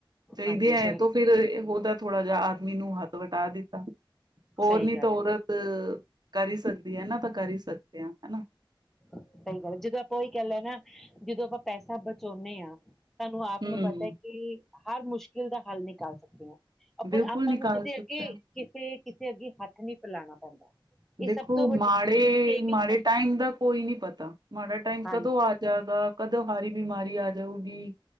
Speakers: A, on the right (about 50°); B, in the centre.
A: ਚਾਹੀਦੇ
B: ਹਾਂਜੀ
A: ਐ
B: ਸਹੀ
A: ਤੋਂ ਫਿਰ ਓਦਾ ਥੋੜਾ ਜਾਂ ਆਦਮੀ ਨੂੰ ਹੱਥ ਵਟਾ ਦਿ ਓਰ
B: ਸਹੀ
A: ਨੀ
B: ਗੱਲ ਹੈ
A: ਤੋ ਔਰਤ ਕਰ ਈ ਸਕਦੀ ਏ ਨਾ ਤਾਂ ਕਰ ਹੀ ਸਕਦੇ ਆ ਹਨਾ।
B: ਸਹੀ ਗੱਲ, ਜਦੋਂ ਆਪਾਂ ਓਹੀ ਕੈਲੇ ਨਾ ਜਦੋਂ ਆਪਾਂ ਪੈਸਾ ਬਚਾਓਨੇ ਆ। ਸਾਨੂੰ ਆਪ
A: ਹਮ
B: ਨੂੰ ਪਤਾ ਕਿ ਹਰ ਮੁਸ਼ਕਿਲ ਦਾ ਹੱਲ ਨਿਕਾਲ ਸਕਦੇ ਆ। ਅ
A: ਬਿਲਕੁਲ
B: ਪਰ ਆਪਾਂ
A: ਨਿਕਾਲ
B: ਨੂੰ ਕਿਸੇ
A: ਸਕਦਾ
B: ਅੱਗੇ ਕਿਸੇ ਕਿਸੇ ਅੱਗੇ ਹੱਥ ਨਈ ਫੈਲਾਨਾ ਪੈਂਦਾ।
A: ਦੇਖੋ
B: ਇਹ ਸਭ ਤੋਂ ਵੱਡੀ
A: ਮਾੜੇ,
B: ਸੇਵਿੰਗ
A: ਮਾੜੇ ਟਾਈਮ ਦਾ ਕੋਈ ਨਈ ਪਤਾ। ਮਾੜਾ ਟਾਈਮ
B: ਹਾਂਜੀ
A: ਕਦੋਂ ਆ ਜਾਗਾ। ਕਦੋਂ ਹਾਰੀ ਬਿਮਾਰੀ ਆ ਜਾਉਗੀ।